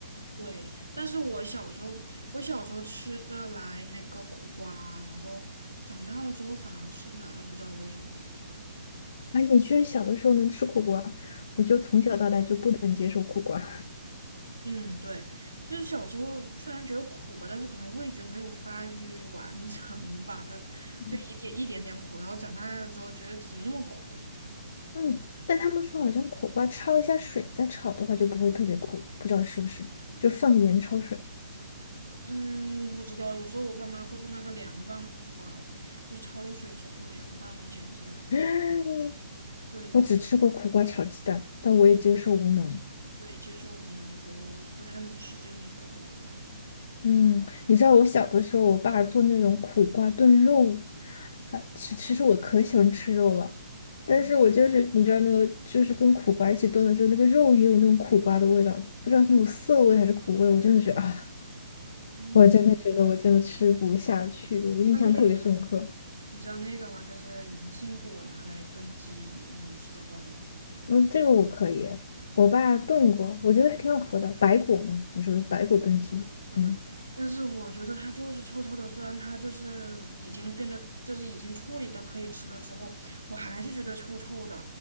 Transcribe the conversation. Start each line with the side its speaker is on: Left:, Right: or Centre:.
Right: <laughs> 但是我小时候，我小时候吃得来那个苦瓜，然后长大了之后反而吃不来了，不知道为什么。
Left: 哎，你居然小的时候能吃苦瓜，我就从小到大就不能接受苦瓜。
Right: 嗯，对，就是小时候虽然觉得苦吧，但是可能味觉没有发育完成吧，就就一点一点点苦，
Left: <laughs>
Right: 然后长大了之后觉得怎么那么苦。
Left: 嗯，但他们说好像苦瓜焯一下水再炒的话就不会特别苦，不知道是不是？就放盐焯水。
Right: 嗯，不知道，有时候我爸妈会做那个凉拌苦瓜，就是焯了水之后凉拌，我简直。
Left: <gasps> <sucks teeth>
Right: 对，我
Left: 我只吃过苦瓜炒鸡蛋，但我也接受无能。
Right: 对接受无能，我不太能吃这种苦的。
Left: 嗯，你知道我小的时候，我爸做那种苦瓜炖肉，还其其实我可喜欢吃肉了，但是我就是你知道那个就是跟苦瓜一起炖了之后，
Right: 嗯
Left: 那个肉也有那种苦瓜的味道，不知道是那种涩味还是苦味，我真的觉得啊，
Right: 嗯，
Left: 我真的觉得我真的吃不下去，我印象特别深刻。
Right: 那那个你知道那个吗？就是银杏果拿来炖鸡什么的，你吃得惯吗？
Left: 嗯，这个我可以，我爸炖过，我觉得还挺好喝的，白果嘛，你说的是白果炖鸡，
Right: 对对对，
Left: 嗯
Right: 但是我觉得它就是臭臭的，虽然它就是已经变得就是已经处理的可以吃了之后，我还是觉得臭臭的。